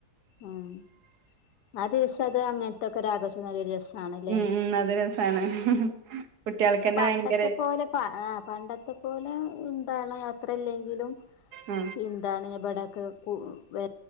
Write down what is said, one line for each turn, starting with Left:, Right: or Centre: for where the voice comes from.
Left: ആഹ് ആ ദിവസം അത് അങ്ങനത്തൊക്കെ ആഘോഷം നല്ലൊരു രസ ആണ്ലെ.
Right: ഉം ഉം അത് രസാണ് കുട്ടികൾക്കന്നെ
Left: പണ്ടത്തെപോലെ
Right: ഭയങ്കര
Left: ആ പണ്ടത്തെപോലെ ബടെ എന്താണ് യാത്രല്ലെങ്കിലും
Right: ആ
Left: എന്താണ് ബടെ കാക്കു വ